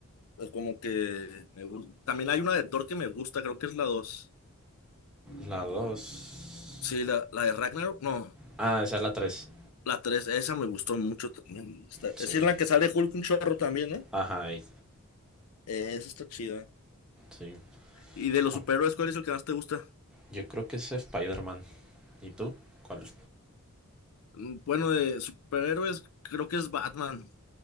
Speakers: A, on the left; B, in the centre.
A: Es como que me gusta. También hay una de Thor que me gusta, creo que es la dos.
B: La dos
A: Sí, la, la de Ragnarok, no,
B: Ah, esa es la tres
A: la 3. esa me gustó mucho también. Está-
B: Sí.
A: es en la que sale Hulk un chorro también, ¿eh?
B: Ajá, y-
A: Eh, Esa está chida.
B: sí.
A: ¿Y de los
B: Ah,
A: superhéroes, cuál es el que más te gusta?
B: yo creo que es Spider-Man. ¿Y tú? ¿Cuál?
A: Mm, Bueno, de superhéroes creo que es Batman.